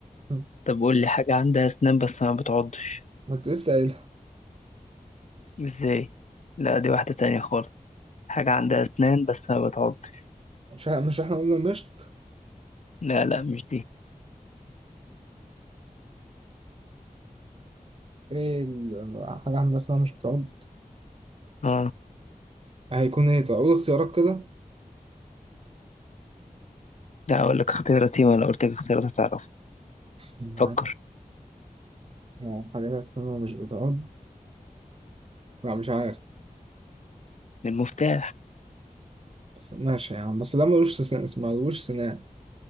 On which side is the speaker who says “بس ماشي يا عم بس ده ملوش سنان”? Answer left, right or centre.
Right